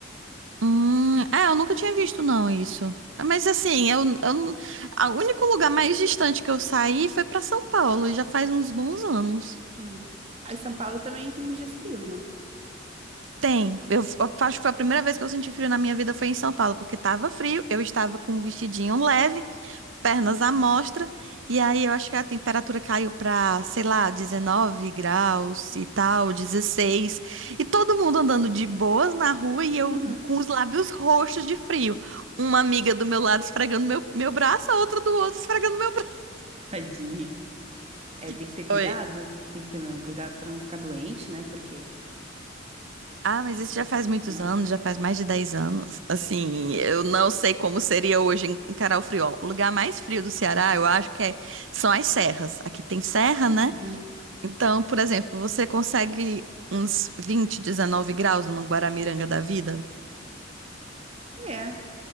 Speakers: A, on the right; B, on the right.
A: Hum, é, eu nunca tinha visto não isso. Mas assim, eu, eu, não- a- o único lugar mais distante que eu saí foi pra São Paulo, e já faz uns bons anos.
B: Hum. Aí São Paulo também tem os dias frios, né?
A: Tem, eu, f- eu acho que foi a primeira vez que eu senti frio na minha vida foi em São Paulo, porque tava frio, eu estava com um vestidinho leve pernas à mostra. E aí eu acho que a temperatura caiu para, sei lá, 19 graus e tal, 16 E todo mundo andando de boas na rua e eu
B: <laughs>
A: com os lábios roxos de frio. Uma amiga do meu lado esfregando meu, meu braço, a outra do outro esfregando meu braço.
B: Tadinha. É, tem que
A: Foi.
B: ter cuidado, tem que ter mesmo cuidado pra não ficar doente, né? Porque
A: Ah, mas isso
B: o corpo
A: já faz
B: fica
A: muitos
B: acostumado.
A: anos, já faz mais de 10 anos. Assim, eu não sei como seria hoje em encarar o Ó, O lugar mais frio do Ceará, eu acho que é, são as serras. Aqui tem serra, né?
B: Uhum.
A: Então, por exemplo, você consegue uns 20, 19 graus numa Guaramiranga da vida?
B: É.